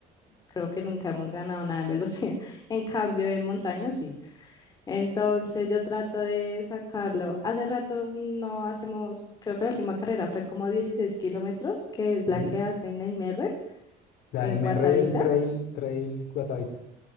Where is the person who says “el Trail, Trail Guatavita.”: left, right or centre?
Left